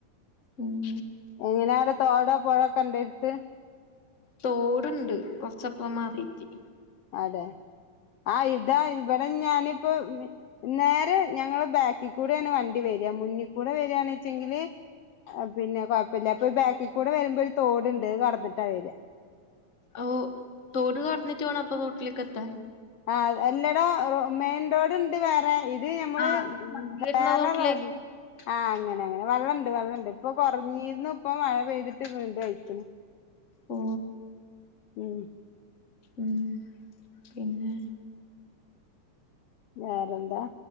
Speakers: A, on the left; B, on the left.
A: ഉം
B: എങ്ങനെ അവിടെ തോടോ പൊഴക്കെണ്ടടുത്ത്
A: തോടുണ്ട് കൊറച്ചപ്പറം മാറിട്ട്.
B: അതെ ആ ഇതാ ഇവിടെ ഞാനിപ്പോ മി നേരെ ഞങ്ങള് ബാക്കി കൂടെയാണ് വണ്ടി വര്വ മുന്നിൽ കൂടെ വര്വാണേച്ചെങ്കില് പിന്നെ കൊഴപ്പില്ല അപ്പൊ ബാക്കി കൂടെ വരുമ്പോ ഒരു തോടുണ്ട് അത് കടന്നിട്ടാ വര്വാ
A: ഓ തോട് കടന്നിട്ട് വേണോ അപ്പൊ റോട്ടിലേക്കെത്താൻ
B: ആ എല്ലടോ മെയിൻ റോഡ്ണ്ട് വേറെ ഇ ത് ഞമ്മള്
A: ആഹ് വണ്ടി
B: വേറെ
A: വരുന്ന റോട്ടിലേക്ക്
B: റോഡ് ആ അങ്ങനെങ്ങനെ വെള്ളണ്ട് വെള്ളണ്ട് ഇപ്പൊ കുറഞ്ഞിരുന്നു ഇപ്പ മഴ പെയ്തിട്ട് വീണ്ടും അയിക്കണ്
A: ഓ
B: ഉം
A: മ് പിന്നെ
B: വേറെന്താ